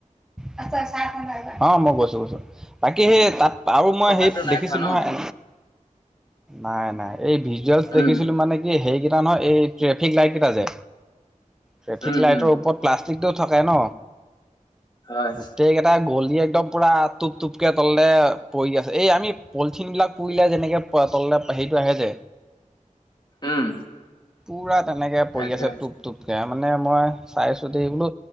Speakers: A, in the centre; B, on the left.
A: অ, অ মই গৈছো বৈছো। বাকী সেই তাত আৰু মই
B: ভাতটো
A: সেই
B: নাই
A: দেখিছিলো
B: খোৱা ন
A: নহয় নাই নাই। এই ভিজুৱেলছ দেখিছিলো
B: উম
A: মানে কি হেৰিকেইটা নহয় এই ট্ৰেফিক লাইট কেইটা যে ট্ৰেফিক
B: উম
A: লাইটৰ
B: উম
A: ওপৰত প্লাষ্টিকটোও থাকে ন
B: হয়
A: গোটেইকটা গল একদম পুৰা টোপ টোপকে তলে পৰি আছে এই আমি পলিথিন বিলাক পুৰিলে যেনেকে প তল হেইটো আহে যে
B: উম
A: পুৰা তেনেকে
B: তাকে
A: পৰি আছে টোপ টোপকে মানে মই চাইছো দ বোলো